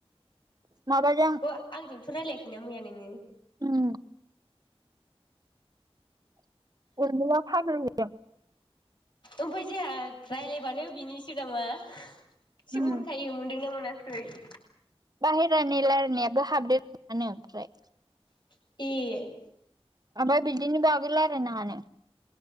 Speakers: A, on the right; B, on the left.
A: माबाजों
B: अ आंजोंथ' रायलायाख ना मैया नोङो?
A: उम <unintelligible>
B: ओमफाय जोंहा रायलायबानो बिनोसो नामा? सुंरखायो
A: उम
B: मोन्दों ना मोनाख <unintelligible>
A: बाहेरानि लायरानायाबो <unintelligible> ओमफ्राय
B: ए
A: आमफाय बिदिनि बागै लायरायनो हानो